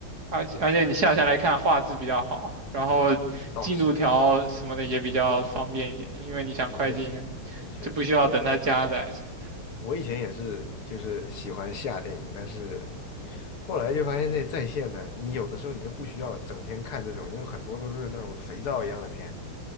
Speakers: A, on the right (about 45°); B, on the left (about 75°).
A: 而且而且你下下来看画质比较好，然后进度条什么的也比较方便一点，
B: 倒是了。
A: 因为你想快进，
B: 的确是，的确是，
A: 就不需要等它加载什么的
B: 的确是。我以前也是，就是喜欢下电影，但是后来就发现这在线的，你有的时候你又不需要整天看这种，因为很多都是那种肥皂一样的片，